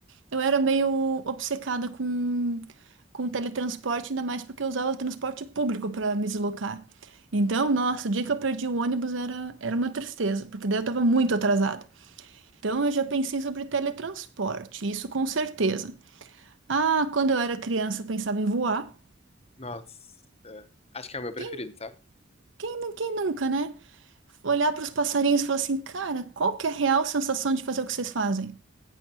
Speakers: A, on the right (about 70°); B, on the left (about 30°).
A: Eu era meio obcecada com, com teletransporte, ainda mais porque eu usava o transporte público para me deslocar. Então, nossa, o dia que eu perdi o ônibus era, era uma tristeza, porque daí eu estava muito atrasada. Então, eu já pensei sobre teletransporte, isso com certeza. Ah, quando eu era criança, eu pensava em voar.
B: Nossa. Acho que é o meu preferido,
A: Quem,
B: tá?
A: quem, quem nunca, né? olhar para os passarinhos e falar assim, cara, qual que é a real sensação de fazer o que vocês fazem?